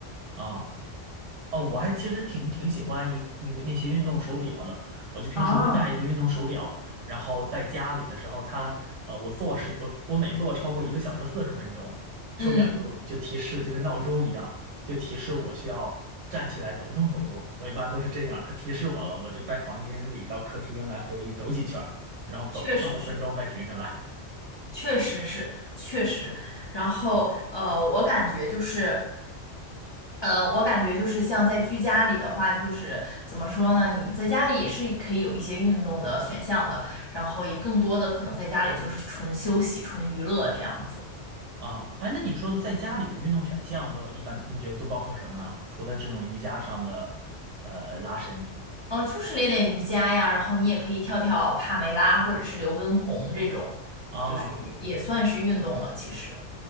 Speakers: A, on the right (about 75°); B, on the left (about 25°).
A: 啊哦，我还其实挺挺喜欢一那个那些运动手表的，我就平时会戴一个运动手表，
B: 啊，
A: 然后在家里的时候它，呃，我坐时我我每坐超过一个小时四十分钟，手表就就提示，
B: 嗯，
A: 就跟闹钟一样，就提示我需要站起来走动走动。我一般都是这样，它提示我了，我就在房间里到客厅来回走几圈儿然后走个三五分钟再停下来。
B: 确实是。确实是，确实。然后，呃，我感觉就是，呃，我感觉就是像在居家里的话，就是怎么说呢？你在家里也是可以有一些运动的选项的，然后也更多的可能在家里就是纯休息、纯娱乐这样子。
A: 啊，哎，那你说的在家里的运动选项都一般，你觉得都包括什么啊？除了这种瑜伽上的，呃，拉伸。
B: 哦，就是练练瑜伽呀，然后你也可以跳跳帕梅拉或者是刘畊宏这种，
A: 啊
B: 就是也也算是运动了，其实。